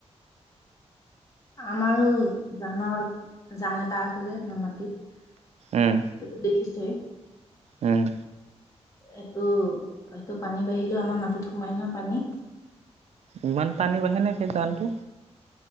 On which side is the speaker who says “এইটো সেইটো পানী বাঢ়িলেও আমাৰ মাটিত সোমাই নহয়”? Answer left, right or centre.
Left